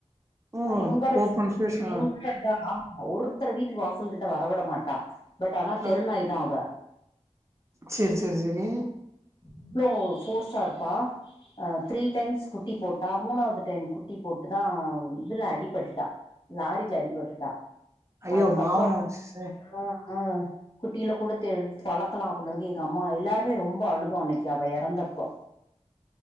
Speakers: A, on the right; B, on the left.
A: ஓ
B: பயங்கர
A: ஓப்பன்
B: சுட்டி
A: ஸ்பேஸ்
B: பயங்கரா
A: ஆ
B: <unintelligible> ஒருத்தர் வீட்டுக்கு வாசல்கிட்ட வரவிட மாட்டா பட் ஆனா தெருநாய்தாஅவ
A: ஆ சேரி சேரி சேரி
B: இவ்ளோ ஃபோர்ஸ்டா இருப்பா அ த்ரீ டைம்ஸ் குட்டி போட்டா மூணாவது டைம் குட்டி போட்டுதா இதுல அடிபட்டுட்டா லாரில அடிபட்டுட்டா
A: ஐயோ
B: அதுக்கப்புறோ
A: பாவோ ச
B: ஆ குட்டில கூட தெ வளர்க்கலா அப்டின்றதுக்கு எங்க அம்மா எல்லாருமே ரொம்ப அழுதோ அன்னைக்கு அவ இறந்தப்ப